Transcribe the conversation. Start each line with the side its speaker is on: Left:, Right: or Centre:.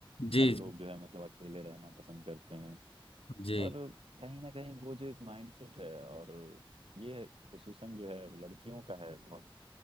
Left: जी
Right: अब
Left: जी
Right: लोग जो है मतलब अकेले रहना पसंद करते हैं
Left: जी
Right: और कहीं ना कहीं वो जो एक माइंडसेट है और ये खुसूसन जो है वो लड़कियों का है बहुत